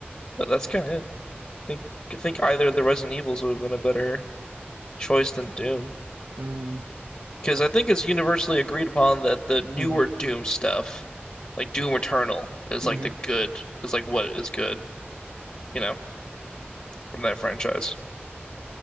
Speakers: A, on the left; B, on the right.
A: But that's kind of it. I think I think either the Resident Evils would have been a better choice than Doom,
B: um,
A: because I think it's universally agreed upon that the newer
B: hmm
A: Doom stuff, like Doom Eternal, is
B: hmm
A: like the good is like what is good, you know, from that franchise.